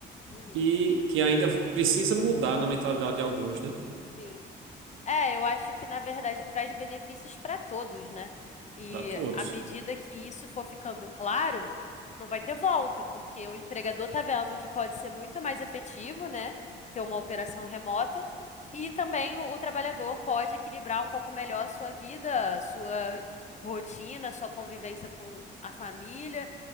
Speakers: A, on the left; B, on the right.
A: uhum,
B: que, que ainda precisa mudar na mentalidade de alguns, né,
A: sim. É, eu acho que na verdade traz benefícios para todos, né? E
B: para todos.
A: à medida que isso for ficando claro, não vai ter volta, porque o empregador tá vendo que pode ser muito mais efetivo, né? Ter uma operação remota. E também o, o trabalhador pode equilibrar um pouco melhor a sua vida, a sua rotina, a sua convivência com a família.